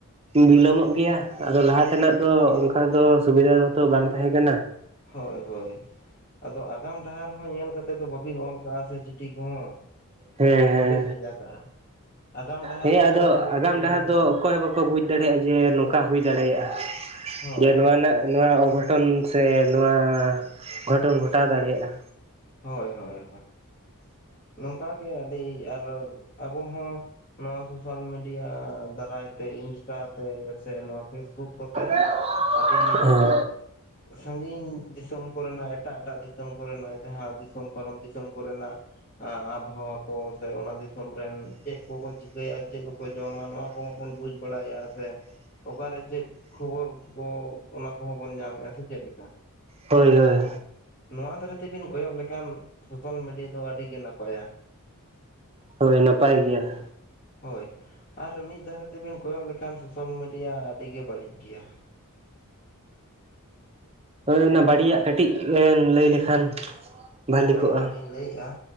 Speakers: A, on the right; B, on the left.
A: ᱵᱤᱞᱚᱢᱚᱜ ᱜᱮᱭᱟ᱾ ᱟᱫᱚ ᱞᱟᱦᱟ ᱛᱮᱱᱟᱜ ᱫᱚ ᱚᱱᱠᱟ ᱫᱚ ᱥᱩᱵᱤᱫᱷᱟ ᱛᱚ ᱵᱟᱝ ᱛᱟᱦᱮᱸ ᱠᱟᱱᱟ᱾
B: ᱦᱳᱭ ᱦᱳᱭ᱾ ᱟᱫᱚ ᱟᱜᱟᱢ ᱰᱟᱦᱟᱨ ᱦᱚᱸ ᱧᱮᱞ ᱠᱟᱛᱮᱜ ᱫᱚ ᱵᱟᱵᱤᱱ ᱚᱞ ᱠᱟᱜᱼᱟ ᱥᱮ ᱪᱤᱴᱷᱤ ᱠᱚᱦᱚᱸ᱾
A: ᱦᱮᱸ
B: ᱥᱮ
A: ᱦᱮᱸ᱾
B: ᱵᱟᱹᱵᱤᱱ ᱵᱷᱮᱡᱟ ᱠᱟᱜᱼᱟ ᱟᱜᱟᱢ ᱰᱟᱦᱟᱨ
A: ᱦᱮᱸ
B: ᱫᱚ
A: ᱟᱫᱚ
B: ᱚᱠᱚᱭ ᱦᱚᱸ ᱵᱟᱵᱚᱱ
A: ᱟᱜᱟᱢ
B: ᱧᱮᱞ
A: ᱰᱟᱦᱟᱨ
B: ᱟᱠᱟᱫᱟ
A: ᱫᱚ ᱚᱠᱚᱭ ᱦᱚᱸ ᱵᱟᱠᱚ ᱵᱩᱡᱽ ᱫᱟᱲᱮᱭᱟᱜᱼᱟ ᱡᱮ ᱱᱚᱝᱠᱟ ᱦᱩᱭ ᱫᱟᱲᱮᱭᱟᱜᱼᱟ᱾
B: ᱦᱳᱭ
A: ᱡᱮ ᱱᱚᱣᱟ ᱨᱮᱱᱟᱜ ᱱᱚᱣᱟ ᱚᱜᱷᱚᱴᱚᱱ ᱥᱮ ᱱᱚᱣᱟ ᱜᱷᱚᱴᱚᱱ ᱜᱷᱚᱴᱟᱣ ᱫᱟᱲᱮᱭᱟᱜᱼᱟ᱾
B: ᱦᱳᱭ ᱦᱳᱭ ᱦᱳᱭ ᱱᱚᱝᱠᱟ ᱜᱮ ᱟᱹᱰᱤ ᱟᱨ ᱟᱵᱚ ᱦᱚᱸ ᱱᱚᱣᱟ ᱥᱳᱥᱟᱞ ᱢᱤᱰᱤᱭᱟ ᱫᱟᱨᱟᱭᱛᱮ ᱤᱱᱥᱴᱟ ᱛᱮ ᱥᱮ ᱱᱚᱣᱟ ᱯᱷᱮᱥᱵᱩᱠ ᱠᱚᱛᱮ
A: <inaudible>
B: ᱟᱹᱰᱤ
A: ᱦᱮᱸ
B: ᱥᱟᱺᱜᱤᱧ ᱫᱤᱥᱚᱢ ᱠᱚᱨᱮᱱᱟᱜ ᱮᱴᱟᱜ ᱮᱴᱟᱜ ᱫᱤᱥᱚᱢ ᱠᱚᱨᱮᱱᱟᱜ ᱡᱟᱦᱟᱸ ᱫᱤᱥᱚᱢ ᱯᱟᱨᱚᱢ ᱫᱤᱥᱚᱢ ᱠᱚᱨᱮᱱᱟᱜ, ᱟᱵᱚᱦᱟᱣᱟ ᱠᱚ ᱥᱮ ᱚᱱᱟ ᱫᱤᱥᱚᱢ ᱨᱮᱱ ᱪᱮᱫ ᱠᱚᱠᱚ ᱪᱤᱠᱟᱹᱭᱟ ᱪᱮᱫ ᱠᱚᱠᱚ ᱡᱚᱢᱟ ᱱᱚᱣᱟ ᱠᱚ ᱦᱚᱸᱵᱚᱱ ᱵᱩᱡᱽ ᱵᱟᱲᱟᱭᱮᱫᱼᱟ ᱥᱮ᱾ ᱚᱠᱟᱨᱮ ᱪᱮᱫ ᱠᱷᱚᱵᱚᱨ ᱠᱚ ᱚᱱᱟ ᱠᱚᱦᱚᱸ ᱵᱚᱱ ᱧᱟᱢᱮᱫᱼᱟ᱾ ᱥᱮ ᱪᱮᱫ ᱞᱮᱠᱟ?
A: ᱦᱳᱭ ᱦᱳᱭ᱾
B: ᱱᱚᱣᱟ ᱫᱷᱟᱨᱮ ᱛᱮᱵᱤᱱ ᱠᱚᱭᱚᱜ ᱞᱮᱠᱷᱟᱱ ᱥᱳᱥᱟᱞ ᱢᱤᱰᱤᱭᱟ ᱫᱚ ᱟᱹᱰᱤ ᱜᱮ ᱱᱟᱯᱟᱭᱟ᱾
A: ᱦᱳᱭ ᱱᱟᱯᱟᱭ ᱜᱮᱭᱟ᱾
B: ᱦᱳᱭ ᱟᱨ ᱢᱤᱫ ᱫᱷᱟᱨᱮ ᱛᱮᱵᱮᱱ ᱠᱚᱭᱚᱜ ᱞᱮᱠᱷᱟᱱ ᱥᱳᱥᱟᱞ ᱢᱤᱰᱤᱭᱟ ᱟᱹᱰᱤ ᱜᱮ ᱵᱟᱹᱲᱤᱡ ᱜᱮᱭᱟ᱾
A: ᱦᱳᱭ ᱚᱱᱟ
B: ᱦᱚᱸᱜᱼᱚᱭ
A: ᱵᱟᱹᱲᱤᱡ ᱟᱜ ᱠᱟᱹᱴᱤᱡ ᱮᱢ ᱞᱟᱹᱭ ᱞᱮᱠᱷᱟᱱ ᱵᱷᱟᱞᱤ
B: ᱦᱳᱭ
A: ᱠᱚᱜᱼᱟ
B: ᱟᱫᱚᱞᱤᱧ ᱞᱟᱹᱭᱮᱫᱼᱟ᱾